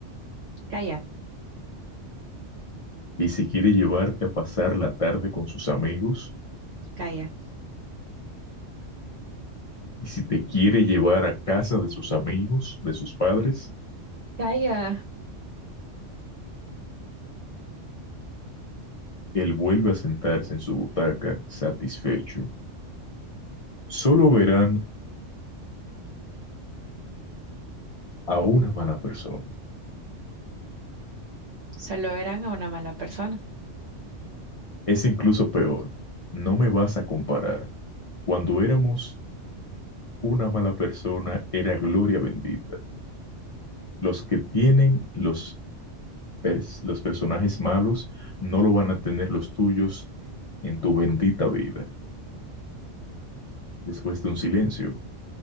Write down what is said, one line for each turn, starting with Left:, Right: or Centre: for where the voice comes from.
Right: Calla,
Left: y si quiere llevarte a pasar la tarde con sus amigos,
Right: calla,
Left: y si te quiere llevar a casa de sus amigos, de sus padres,
Right: calla.
Left: él vuelve a sentarse en su butaca satisfecho. Solo verán a una mala persona.
Right: Solo verán a una mala persona.
Left: Es incluso peor. No me vas a comparar. Cuando éramos una mala persona era gloria bendita. Los que tienen los, pers- los personajes malos no lo van a tener los tuyos en tu bendita vida. Después de un silencio,